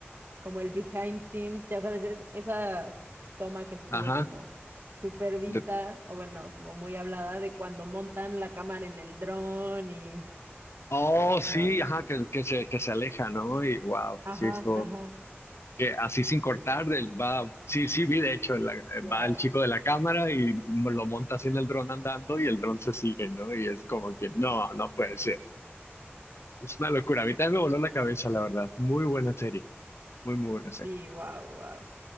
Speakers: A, on the right; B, on the left.
A: como el behind scenes, ya sabes, es- esa toma que estuvo
B: ajá.
A: como super vista,
B: de-
A: o bueno, como muy hablada de cuando montan la cámara en el dron y,
B: oh, sí,
A: no, increíble.
B: ajá, que, que se, que se aleja, ¿no? Y wow,
A: Ajá,
B: sí, esto,
A: ajá,
B: que así sin cortar, del, va, sí, sí, vi de hecho, la-
A: wow.
B: va el chico de la cámara y lo monta así en el dron andando y el dron se sigue, ¿no? Y es como que, no, no puede ser. Es una locura. A mí también me voló la cabeza, la verdad. Muy buena serie, muy, muy buena serie.
A: Sí, wow, wow.